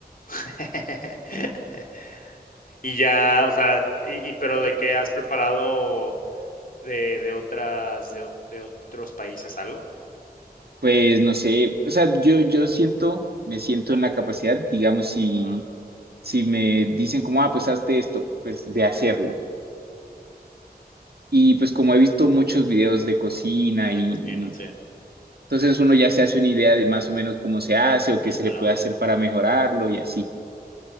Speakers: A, on the left (about 60°); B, on the right (about 70°).
A: <laughs> Y ya, o sea, y y pero, ¿de qué has preparado de de otras de o de otros países algo?
B: Pues no sé, o sea, yo, yo siento, me siento en la capacidad, digamos, si
A: Ajá,
B: si me dicen como, ah, pues hazte esto, pues de hacerlo. Y pues como he visto muchos videos de cocina y,
A: de cocina, sí,
B: y entonces uno ya se hace una idea de más o menos cómo se hace o
A: como
B: qué se
A: hasta
B: le
A: la
B: puede
A: hora.
B: hacer para mejorarlo y así.